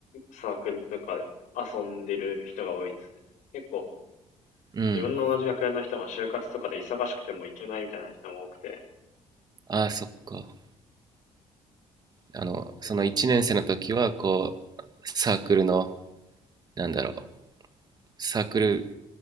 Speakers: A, on the left (about 85°); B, on the right (about 35°).
A: サークルとかで遊んでる人が多いですね。結構、
B: うん
A: 自分の同じ学年の人が就活とかで忙しくても行けないみたいな人も多くて、
B: ああそっかあの、その1年生の時は、
A: また
B: こう、サークルの、なんだろう、サークル、